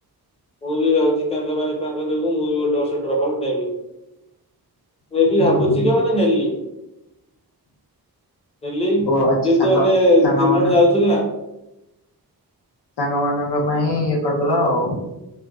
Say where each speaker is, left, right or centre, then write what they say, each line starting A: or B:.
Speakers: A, on the left; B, on the left.
A: ମୁଁ ବି ଭାବୁଛି ତାଙ୍କ ମାନେ ତାଙ୍କ ଯୋଗୁଁ ମୁଁ ବି ଗୋଟେ ବର୍ଷେ ଡ୍ରପ ଆଉଟ୍ ନେବି। ମୁଁ ଏ ବି
B: ହୁଁ
A: ଭାବୁଛି
B: ହୁଁ
A: କି ମାନେ ନେଲି। ଡେଲି ଯେହେତୁ
B: ଓ ଆଚ୍ଛା ସାଙ୍ଗ
A: ମାନେ
B: ସାଙ୍ଗମାନ
A: ତିନି ଜଣ ଯାଉଥିଲୁ ନା।
B: ସାଙ୍ଗ ମାନଙ୍କ ପାଇଁ ଇଏ କରିଦେଲ ଆଉ।